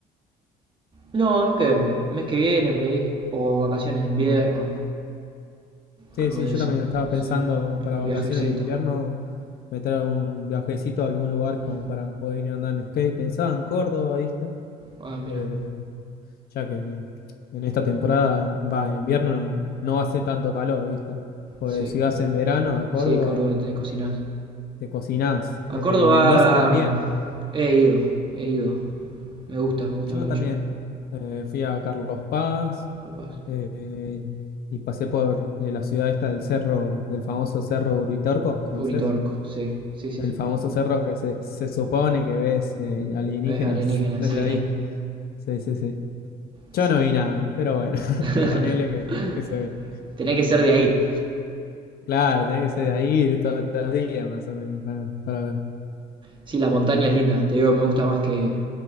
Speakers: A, on the right; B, on the left.
A: no, no creo. El mes que viene, por ahí. O vacaciones de invierno.
B: Sí,
A: Algo
B: sí,
A: de
B: yo
A: eso.
B: también estaba pensando
A: Sí.
B: para
A: Algún
B: vacaciones
A: viajecito.
B: de invierno meter un viajecito a algún lugar como
A: Mm.
B: para poder ir a andar en skate. Pensaba en Córdoba, ¿viste?
A: Ah, mira.
B: Eh, ya que en esta temporada, en- va, en invierno no, no hace tanto calor, ¿viste? Pues
A: Sí.
B: si vas en verano a Córdoba,
A: Sí, Córdoba, te cocinás.
B: te cocinás. Eh,
A: A Córdoba
B: Mendoza también.
A: he ido. He ido. Me gusta, me gusta
B: Yo
A: mucho.
B: también eh, fui a Carlos Paz
A: Capaz.
B: eh, y pasé por eh, la ciudad esta del cerro, del famoso cerro Uritorco, ¿conoces?
A: Uritorco. Sí, sí, sí,
B: El
A: sí.
B: famoso cerro que se, se supone que ves eh, alienígenas
A: Es alienígena,
B: <laughs> desde
A: sí.
B: ahí. Sí, sí, sí. Yo
A: Sí.
B: no vi nada, pero bueno, <laughs>
A: <laughs>
B: ponele que, que se ve.
A: Tenés que ser de ahí.
B: Claro, tenés que ser de ahí ir todos los días más o menos para, para ver.
A: Sí, la montaña es linda, te digo, me gusta más que,